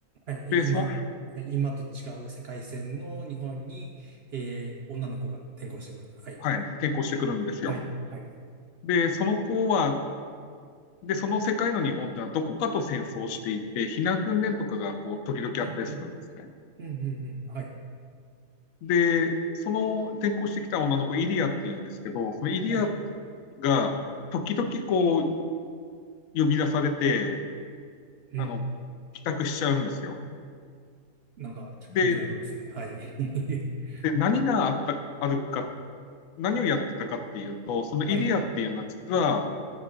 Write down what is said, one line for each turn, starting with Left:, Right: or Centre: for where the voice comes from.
Right: はい、
Left: で、
Right: い今、
Left: そ
Right: はい今と違う世界線の日本に、えー、女の子が転校してくると。はい。
Left: はい、転校してくるんですよ。
Right: はい、はい。
Left: で、その子は、で、その世界の日本ってのはどこかと戦争していて、避難訓練とかがこう時々あったりするんですね。
Right: うん、うん、うん、うん、うん、はい、
Left: で、その転校してきた女の子、イリアっていうんですけど、そのイリア
Right: はい。
Left: が時々こう呼び出されて、
Right: うん。
Left: あの、帰宅しちゃうんですよ。
Right: なんか、ちょっと気になりますね。
Left: で、
Right: はい。<laughs>
Left: で何があった、あるか、何をやってたかっていうと、そのイリアっていうのは実は、
Right: はい、